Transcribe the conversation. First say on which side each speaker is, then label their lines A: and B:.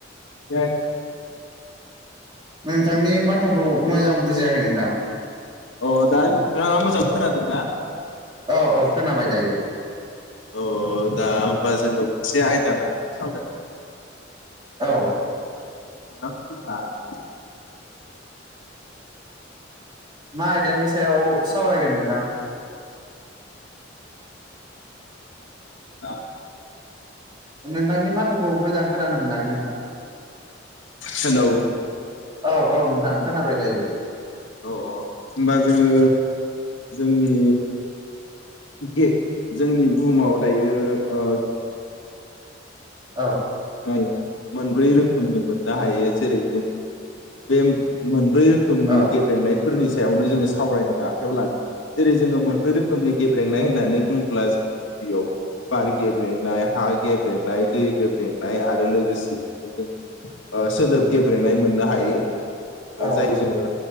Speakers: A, on the left; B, on the right.
A: <inaudible> दे
B: नोंथांनि माथोखौ मोजां बुजियाखै नोंथां
A: अ दा नोंथाङा मोजां खोनादोंना
B: औ-औ खोनाबाय दायो
A: अ दा होमबा जोङो मोनसे आयदा लाना सावराय
B: औ
A: <unintelligible>
B: मा आयदानि सायाव सावरायगोन नोंथां
A: दा
B: नोंथांनि माथाखौ मोजां खोनानो मोनाखै नोंथां
A: हेलौ
B: औ औ नोंथां खोनाबाय दायो
A: औ औ होमबा जोङो जोंनि ए जोंनि बुहुमाव दायो ओ
B: औ
A: ओम मोनब्रै रोखोमनि मोननो हायो जेरै जों बे मोनब्रै रोखोमनि
B: औ
A: गेब्रेंनायफोरनि सायावनो जोङो सावरायनो आखायाव लादों जेरै जोङो मोनब्रै रोखोमनि गेब्रेंनाय होननानै बुङोब्ला जों गियाव बार गेब्रेंनाय हा गेब्रेंनाय दै गेब्रें गेब्रेंनाय आरो लोगोसेनो जों सोदोब गेब्रेंनाय मोननो हायो
B: औ
A: जायखौ जोङो